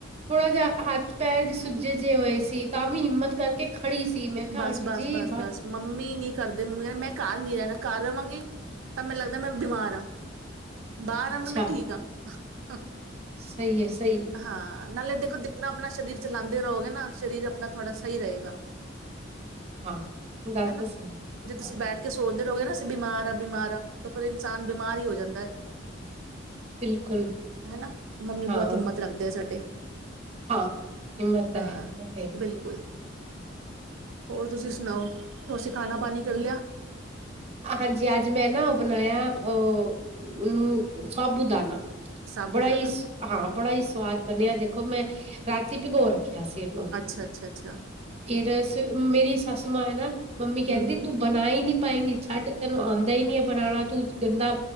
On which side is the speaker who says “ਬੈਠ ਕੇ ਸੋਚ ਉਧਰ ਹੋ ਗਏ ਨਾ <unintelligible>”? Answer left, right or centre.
Right